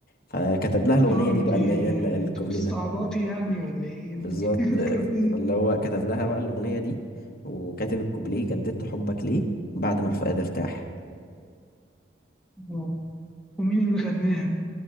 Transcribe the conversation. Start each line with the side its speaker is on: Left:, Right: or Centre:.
Left: فكتب لها الاغنيه
Centre: اه انتي
Left: دي بقى اللي هي
Centre: آه،
Left: ال- الكوبليه
Centre: انت بتستعبطي
Left: ده
Centre: يعني ولا ايه
Left: بالظبط
Centre: انت <laughs> كانت إيه؟
Left: فاللي هو كتب لها بقى الأغنية دي وكاتب الكوبليه جددت حبك ليه بعد ما الفؤاد ارتاح
Centre: آه. ومين اللي غناها